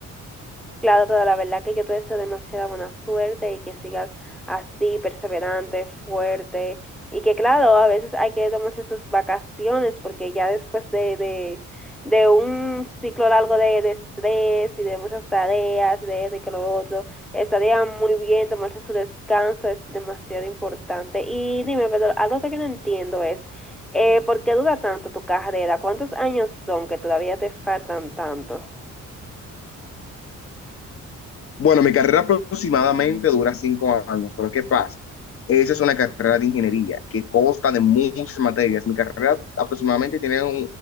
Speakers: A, in the centre; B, on the left (about 45°).
A: Claro, pero la verdad que yo te deseo demasiada buena suerte y que sigas así, perseverante, fuerte. Y que claro, a veces hay que tomarse sus vacaciones porque ya después de, de, de un ciclo largo de, de estrés y de muchas tareas, de, de que lo otro, estaría muy bien tomarse su descanso, es demasiado importante. Y dime, pero algo que yo no entiendo es, eh, ¿por qué dura tanto tu carrera? ¿Cuántos años son que todavía te faltan tantos?
B: Bueno, mi carrera aproximadamente dura cinco años, pero ¿qué pasa? Esa es una carrera de ingeniería que consta de muchas materias. Mi carrera aproximadamente tiene un,